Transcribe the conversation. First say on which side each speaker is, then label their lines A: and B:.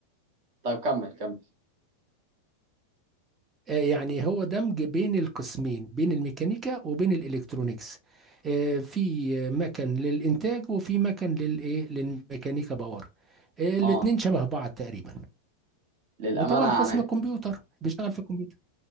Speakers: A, on the right; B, on the right.
A: طيب كمل كمل
B: آه، يعني هو دمج بين القسمين بين الميكانيكا وبين الالكترونيكس آه، في مكن للانتاج وفي مكن للايه للميكانيكا باور آه، الاتنين
A: اه
B: شبه بعض تقريبا
A: للامانه
B: وطبعا قسم
A: يعني
B: الكمبيوتر بيشتغل في الكمبيوتر